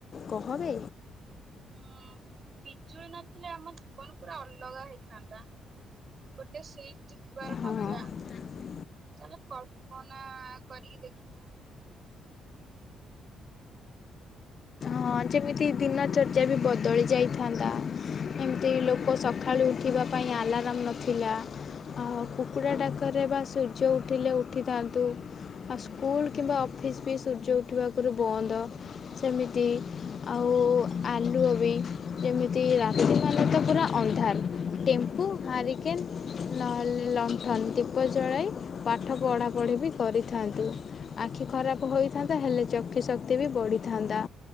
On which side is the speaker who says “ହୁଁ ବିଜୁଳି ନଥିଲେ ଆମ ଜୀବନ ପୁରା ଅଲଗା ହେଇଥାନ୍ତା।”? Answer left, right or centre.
Right